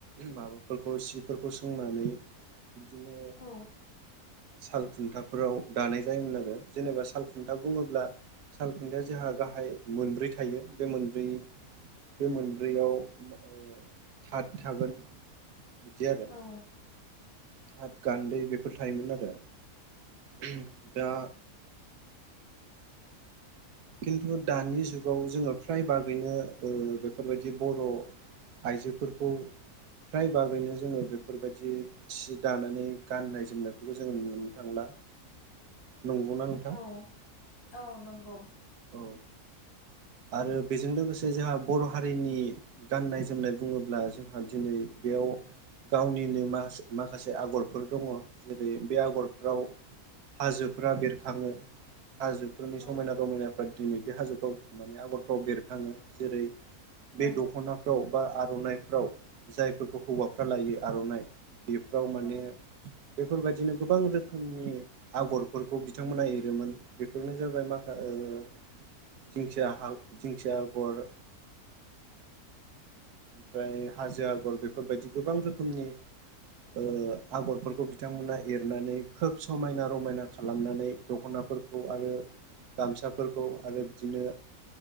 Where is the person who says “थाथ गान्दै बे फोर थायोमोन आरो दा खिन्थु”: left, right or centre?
Right